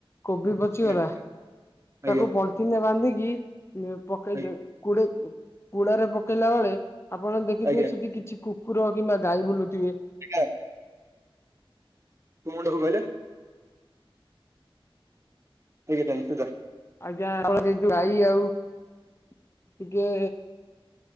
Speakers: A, on the left; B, on the right.
A: କୋବି ପଚିଗଲା
B: ଆଜ୍ଞା ଆଜ୍ଞା
A: ତାକୁ ପଲ୍ ପଲିଥିନରେ ବାନ୍ଧିକି ଇଏ ପକେଇ
B: ଆଜ୍ଞା।
A: ଦେ କୁଡେଇ କୁଡାରେ ପକେଇଲା ବେଳେ ଆପଣ ଦେଖିଥିବେ
B: ଆଜ୍ଞା
A: ସେଠି କିଛି କୁକୁର କିମ୍ବା ଗାଈ ବୁଲୁଥିବେ।
B: <unintelligible> କଣ ଟାକୁ କହିଲେ। ସେଇ <unintelligible>
A: ଆଜ୍ଞା <unintelligible> ଗାଈ ଆଉ ଟିକେ